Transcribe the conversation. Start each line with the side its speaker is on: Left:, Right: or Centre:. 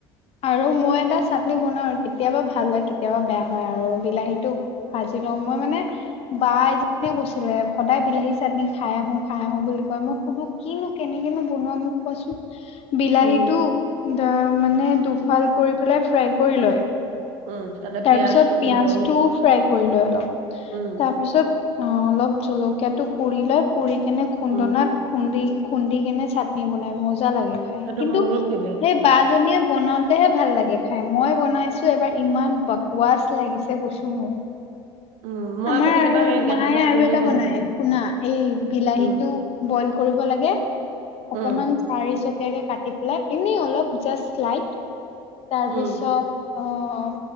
Left: আৰু মই এটা চাটনি বনাও কেতিয়াবা ভাল হয় কেতিয়াবা বেয়া হয় আৰু বিলাহীতটো খ যায়, মই মানে বা এজনীয়ে কৈছিলে সদায় বিলাহী চাটনি খাই আহোঁ খাই আহোঁ বুলি কয়। মই সুধো কিনো কেনেকেনো বনোৱা মোক কোৱাচোন। বিলাহীটো
Right: উম,
Left: মানে দুফাল কৰি পেলাই ফ্ৰাই কৰি লয়।
Right: উম তাতে
Left: তাৰ
Right: পিয়াজ,
Left: পিছত পিয়াঁজটো
Right: নহৰু
Left: ফ্ৰাই কৰি লৈ লক
Right: উম,
Left: তাৰ পিছত অ' অলপ জলকীয়াটো পুৰি লৈ এনে খুন্দনাত
Right: উম,
Left: খুন্দি খুন্দি কেনে চাটনি বনাই ম' মজা লাগে খাই
Right: সেইটো
Left: কিন্তু
Right: মোৰো
Left: সেই
Right: ফেভৰেট।
Left: বা, বাৰ জনীয়ে বনাওতেহে ভাল লাগে খাই মই বনাইছো এবাৰ ইমান বকৱাচ লাগিছে কৈছো মই,
Right: উম, মই
Left: আমাৰ
Right: আকৌ
Left: আৰু
Right: কেতিয়াবা সেই
Left: মায়ে
Right: গেছৰ যে
Left: আৰু
Right: পুৰিও
Left: এটা
Right: বনাও
Left: বনায়
Right: সেনেকে।
Left: শুনা এই বিলাহী
Right: উম,
Left: টো বইল কৰিব লাগে
Right: উম,
Left: অকমান ফাই, ধুনীয়াকে কাটি পেলাই এনেই অলপ জাষ্টলাইত তাৰপিছত,
Right: উম,
Left: অ' অ'